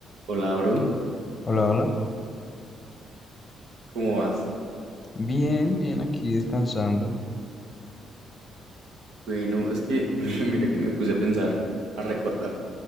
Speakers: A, on the right (about 80°); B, on the left (about 25°).
A: Hola, bro,
B: Hola, hola.
A: ¿cómo vas?
B: Bien, bien, aquí descansando.
A: Bueno, es que <laughs> mira que me puse a pensar, a recordar.